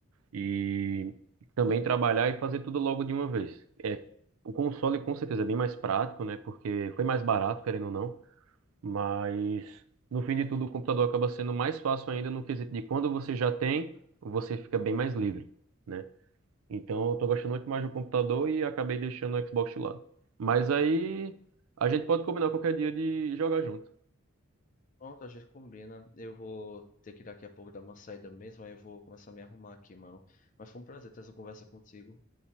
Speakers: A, on the right; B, on the left.
A: e também trabalhar e fazer tudo logo de uma vez. É, o console com certeza é bem mais prático, né, porque foi mais barato, querendo ou não. Mas no fim de tudo, o computador acaba sendo mais fácil ainda no quesito de quando você já tem, você fica bem mais livre, né? Então eu tô gostando muito mais do computador e acabei deixando o Xbox de lado. Mas aí a gente pode combinar qualquer dia de jogar junto.
B: Pronto, a gente combina. Eu vou ter que daqui a pouco dar uma saída mesmo, aí eu vou começar a me arrumar aqui, mano. Mas foi um prazer ter essa conversa contigo.